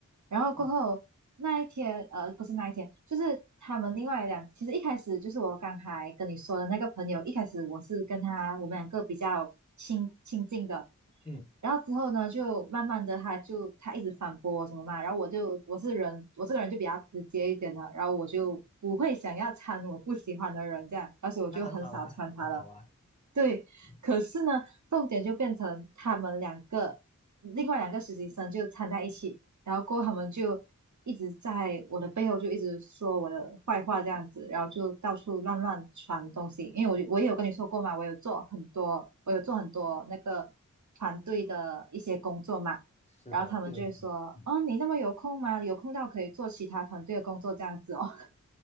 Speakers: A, on the right (about 65°); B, on the left (about 20°).
A: 然后过后那一天，
B: 嗯
A: 呃，不是那一天，就是他们另外两，其实一开始就是我刚才跟你说的那个朋友，一开始我是跟他我们两个比较亲亲近的。
B: 嗯，
A: 然后之后呢，就慢慢的，他就他一直反驳我什么嘛，然后我就我是人，我这个人就比较直接一点的，然后我就不会想要掺我不喜欢的人这样，而且我就很少掺他了。
B: 那很好啊，很好啊。
A: 对，
B: 嗯
A: 可是呢，重点就变成他们两个，另外两个实习生就掺在一起，然后过后他们就一直在我的背后就一直说我的坏话这样子，然后就到处乱乱传东西。因为我我也有跟你说过嘛，我有做很多，我有做很多那个团队的一些工作嘛，
B: 是的，
A: 然后他们就会说，
B: 就嗯
A: 哦，你那么有空吗？有空到可以做其他团队的工作这样子哦。